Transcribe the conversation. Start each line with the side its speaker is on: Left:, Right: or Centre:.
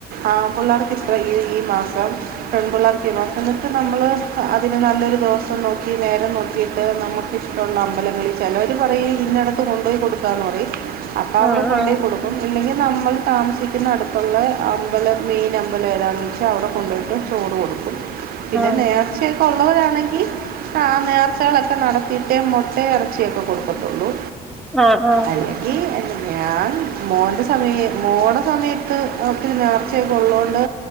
Right: ആഹ് പുള്ളർക് ത്ര ഈ ഈ മാസം പെൺപുള്ളർക്കി ഈ മാസം ന്നട്ട് ന്നമ്മള് അതിന് നല്ലൊരു ദിവസം നോക്കി നേരം നോ ക്കിട്ട് നമുക്ക്ഷ്ടള്ള അമ്പലങ്ങിൽ ചെലോര് പറയി ഇന്നട്ത്ത് കൊണ്ടോയി കൊടുക്കാന്ന് പറയി അപ്പവ്ടെ
Centre: ആഹ്
Right: കൊണ്ടെയി കൊടുക്കും ഇല്ലെങ്കി നമ്മൾ താമസിക്കുന്ന അടുത്തുള്ളെ മ്പലം മെയിൻ അമ്പലം ഏതാണെന്ന് വെച്ചാ അവിടെ കൊണ്ടോയിട്ട് ചോറ് കൊടുക്കും
Centre: ആഹ്
Right: പിന്നെ നേർ ച്ചെ ക്കൊള്ളവരാണെങ്കി. ആഹ് നേർച്ചകളൊക്കെ നടത്തിയിട്ടേ മുട്ടെ എറച്ചിയൊക്കെ കൊടുക്കത്തുള്ളൂ.
Centre: ആഹ് ആഹ്.
Right: അല്ലെങ്കി ഞാൻ മോൻ്റെ സമയ മോടെ സമയത്ത് അവക്കൊരു നേർ ച്ചേ കൊള്ളോണ്ട്.